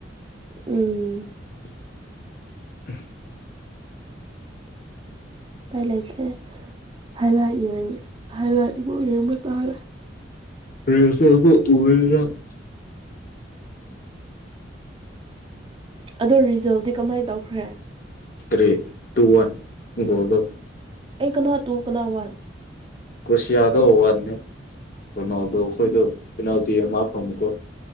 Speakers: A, on the right; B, on the left.
A: ꯎꯝ
B: <inaudible>
A: ꯎꯄꯥꯏ ꯂꯩꯇ꯭ꯔꯦ ꯍꯥꯏꯂꯥꯏꯠ ꯌꯦꯡꯉ ꯍꯥꯏꯂꯥꯏꯠꯕꯨ ꯌꯦꯡꯕ ꯇꯥꯔꯦ꯫
B: <unintelligible>
A: ꯑꯗꯣ ꯔꯤꯖꯜꯗꯤ ꯀꯃꯥꯏ ꯇꯧꯈ꯭ꯔꯦ?
B: ꯀ꯭ꯔꯤ ꯇꯨ ꯋꯥꯟ ꯒꯣꯜꯗꯣ꯫
A: ꯑꯩ ꯀꯅꯥ ꯇꯨ ꯀꯅꯥ ꯋꯥꯟ?
B: ꯀ꯭ꯔꯣꯁꯤꯌꯥꯗꯣ ꯋꯥꯟꯅꯤ ꯔꯣꯅꯥꯜꯗꯣ ꯈꯣꯏꯗꯣ ꯄꯦꯅꯥꯜꯇꯤ ꯑꯃ ꯐꯪꯕꯀꯣ꯫